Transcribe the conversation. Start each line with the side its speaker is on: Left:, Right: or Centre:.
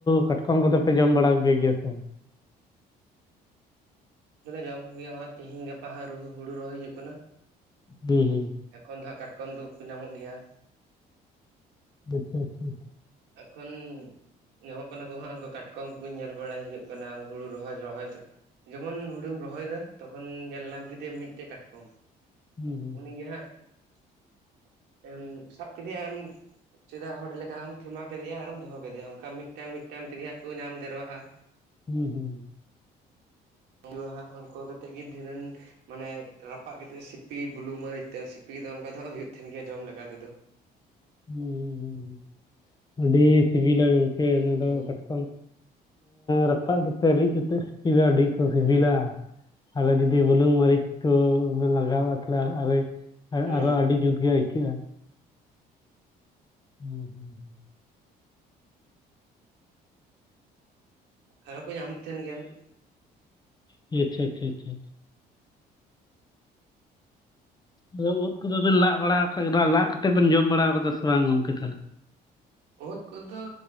Left: ᱠᱟᱴᱠᱚᱢ ᱠᱚᱫᱚ ᱯᱮ ᱡᱚᱢ ᱵᱟᱲᱟ ᱠᱚ ᱜᱮᱭᱟ ᱜᱮᱭᱟ ᱥᱮ ᱵᱟᱝ?
Right: ᱫᱚᱞᱮ ᱡᱚᱢ ᱠᱚᱜᱮᱭᱟ, ᱦᱚᱜ-ᱚᱭ ᱛᱮᱦᱤᱧ ᱜᱟᱯᱟ ᱦᱟᱸᱜ ᱦᱩᱲᱩ ᱨᱚᱦᱚᱭ ᱦᱩᱭᱩᱜ ᱠᱟᱱᱟ ᱾
Left: ᱦᱩᱸ ᱦᱩᱸ ᱾
Right: ᱮᱠᱷᱚᱱ ᱫᱚ ᱦᱟᱸᱜ ᱠᱟᱴᱠᱚᱢ ᱫᱚᱠᱚ ᱧᱟᱢᱚᱜ ᱜᱮᱭᱟ ᱾
Left: ᱟᱪᱪᱷᱟ ᱟᱪᱪᱷᱟ ᱾
Right: ᱮᱠᱷᱚᱱ ᱧᱟᱢᱚᱜ ᱠᱟᱱᱟ ᱠᱚ ᱦᱟᱸᱜ ᱩᱱ ᱠᱟᱴᱠᱚᱢ ᱠᱚ ᱧᱮᱞ ᱵᱟᱲᱟᱭ ᱦᱩᱭᱩᱜ ᱠᱟᱱᱟ ᱾ ᱦᱩᱲᱩ ᱨᱚᱦᱚᱭ ᱨᱚᱦᱚᱭ ᱡᱮᱢᱚᱱ ᱦᱩᱲᱩᱢ ᱨᱚᱦᱚᱭ ᱮᱫᱟ ᱛᱚᱠᱷᱚᱱ ᱧᱮᱞ ᱧᱟᱢ ᱠᱮᱫᱮ ᱟᱢ ᱢᱤᱫᱴᱮᱡ ᱠᱟᱴᱠᱚᱢ ᱾
Left: ᱦᱩᱸ ᱦᱩᱸ
Right: ᱩᱱᱤ ᱜᱮ ᱦᱟᱸᱜ <inaudible> ᱮᱢ ᱥᱟᱵ ᱠᱮᱫᱮᱭᱟ ᱟᱨᱮᱢ ᱥᱮᱫᱟᱭ ᱦᱚᱲ ᱞᱮᱠᱟ ᱦᱟᱸᱜ ᱮᱢ ᱴᱷᱮᱢᱟ ᱠᱮᱫᱮᱭᱟ ᱟᱨᱮᱢ ᱫᱚᱦᱚ ᱠᱮᱫᱮᱭᱟ ᱾ ᱚᱱᱠᱟ ᱢᱤᱫᱴᱟᱝ ᱢᱤᱫᱴᱟᱝ ᱛᱮᱜᱮ ᱦᱟᱸᱜ ᱠᱚ ᱧᱟᱢ ᱰᱷᱮᱨᱚᱜᱼᱟ ᱾
Left: ᱦᱩᱸ ᱦᱩᱸ ᱾
Right: ᱩᱱ ᱫᱚ ᱦᱟᱸᱜ ᱩᱱᱠᱩ ᱠᱚᱛᱮᱫ ᱜᱮ ᱫᱷᱤᱱᱟᱹᱱ ᱢᱟᱱᱮ ᱨᱟᱯᱟᱜ ᱠᱟᱛᱮᱜ ᱥᱤᱯᱤ, ᱵᱩᱞᱩᱝ ᱢᱟᱹᱨᱤᱪ ᱛᱮ ᱥᱤᱯᱤ ᱫᱚ ᱚᱱᱠᱟ ᱫᱚ ᱦᱟᱸᱜ ᱦᱩᱭᱩᱜ ᱛᱟᱦᱮᱱ ᱜᱮᱭᱟ ᱡᱚᱢ ᱞᱮᱠᱟ ᱛᱮᱫᱚ ᱾
Left: ᱦᱩᱸ ᱦᱩᱸ ᱾ ᱟᱹᱰᱤ ᱥᱤᱵᱤᱞᱟ ᱜᱚᱝᱠᱮ ᱚᱱᱟ
Right: ᱦᱩᱸ
Left: ᱫᱚ ᱠᱟᱴ ᱠᱚᱢ ᱨᱟᱯᱟᱜ ᱠᱟᱛᱮᱫ ᱨᱤᱫ ᱠᱟᱛᱮᱫ ᱥᱤᱯᱤ ᱫᱚ ᱟᱹᱰᱤ ᱠᱚ ᱥᱤᱵᱤᱞᱟ ᱾ ᱟᱨᱚ ᱡᱩᱫᱤ ᱵᱩᱞᱩᱝ ᱢᱟᱹᱨᱤᱪ ᱠᱚ ᱞᱟᱜᱟᱣᱟ ᱛᱟᱦᱚᱞᱮ ᱟᱨᱚᱭ
Right: ᱦᱩᱸ
Left: ᱟᱨᱚ ᱟᱹᱰᱤ ᱡᱩᱛ ᱜᱮ ᱟᱹᱭᱠᱟᱹᱜ-ᱟ ᱾ ᱦᱩᱸ ᱦᱩᱸ ᱾
Right: ᱟᱨᱦᱚ ᱠᱚ ᱧᱟᱢᱚᱜ ᱛᱟᱦᱮᱱ ᱜᱮᱭᱟ ᱾
Left: ᱦᱤᱴ ᱦᱤᱴ, ᱦᱤᱴ ᱦᱤᱴ ᱾ ᱟᱫᱚ ᱩᱫ ᱠᱚᱫᱚ ᱵᱤᱱ ᱞᱟᱜ ᱵᱟᱲᱟ ᱟᱠᱟᱫ? ᱞᱟᱜ ᱠᱟᱛᱮᱫ ᱵᱮᱱ ᱡᱚᱢ ᱵᱟᱲᱟ ᱠᱟᱫᱟ ᱥᱮ ᱵᱟᱝ ᱜᱚᱝᱠᱮ, ᱛᱟᱦᱚᱞᱮ?
Right: ᱳᱫ ᱠᱚᱫᱚ